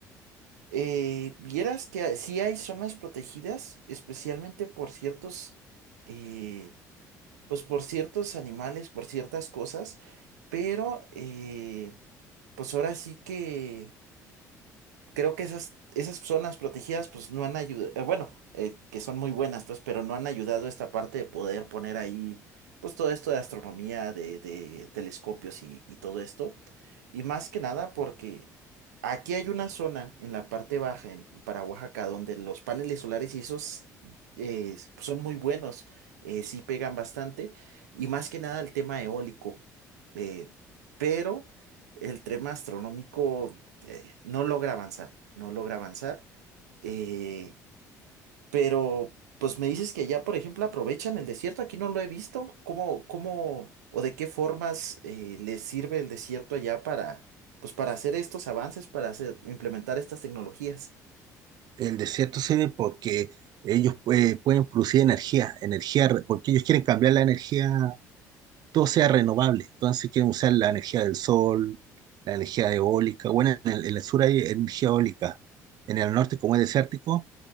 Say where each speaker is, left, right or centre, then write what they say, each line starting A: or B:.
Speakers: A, on the right; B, on the right.
A: Eh, vieras que sí hay zonas protegidas, especialmente por ciertos, eh, pues por ciertos animales, por ciertas cosas, pero eh, pues ahora sí que creo que esas, esas zonas protegidas pues no han ayudado, bueno, eh, que son muy buenas pues, pero no han ayudado a esta parte de poder poner ahí pues todo esto de astronomía, de, de telescopios y, y todo esto. Y más que nada porque aquí hay una zona en la parte baja, en, para Oaxaca, donde los paneles solares y esos eh, pues, son muy buenos, eh, sí pegan bastante, y más que nada el tema eólico. eh, pero el tema astronómico eh, no logra avanzar, no logra avanzar. eh, pero, pues me dices que allá, por ejemplo, aprovechan el desierto, aquí no lo he visto. ¿Cómo, cómo o de qué formas eh, les sirve el desierto allá para, pues, para hacer estos avances, para hacer, implementar estas tecnologías?
B: el desierto se ve porque ellos pue- pueden producir energía, energía, re- porque ellos quieren cambiar la energía todo sea renovable. Entonces si quieren usar la energía del sol, la energía eólica. Bueno, en el, en el sur hay energía eólica. En el norte, como es desértico,